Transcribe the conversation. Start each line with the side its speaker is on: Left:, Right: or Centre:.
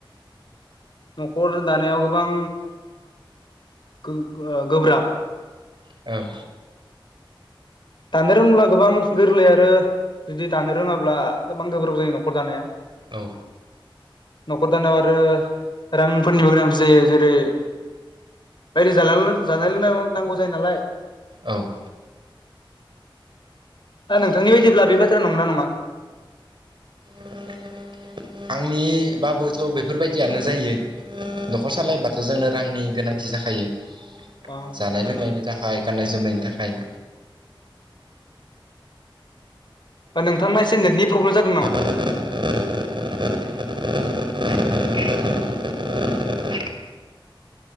Left: न'खर दानायाव गोबां गो गो गोब्राब
Right: औ
Left: दानो रोंब्ला गोबां गोरलै आरो जुदि दानो रोङाब्ला गोबां गोब्राब जायो न'खर दानाया।
Right: औ
Left: न'खर दानायाव आरो रांफोरनिबो गोनांथि जायो जेरै बायदि जाला जानाय लोंनायबो नांगौ जायो नालाय।
Right: औ
Left: दा नोंथांनि बायदिब्ला बे बाथ्राया नंगौ ना नङा?
Right: <inaudible> आंनि बाबोथ' बेफोरबायदियानो जायो। न'खर सालायबाथ' जोंनो रांनि गोनांथि जाखायो।
Left: अ
Right: जानाय लोंनायनि थाखाय गाननाय जोमनायनि थाखाय <inaudible>
Left: नोंथांना एसे नेटनि प्रब्लेम जादों नामा?
Right: <inaudible>